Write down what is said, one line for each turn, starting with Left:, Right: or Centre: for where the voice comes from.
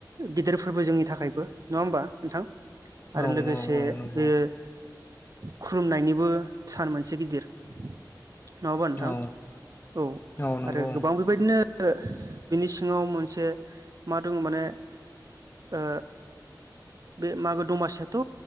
Right: गिदिर फोरबो जोंनि थाखायबो नङा होमबा नोंथां?
Left: औ
Right: आरो लोगोसे
Left: औ नंगौ
Right: बेयो खुलुमनायनिबो सान मोनसे गिदिर नङाबा नोंथां?
Left: औ
Right: औ
Left: औ नंगौ
Right: आरो गोबां बेबायदिनो बिनि सिङाव मोनसे मा दङ' माने ओ बे मागो दमासियाथ'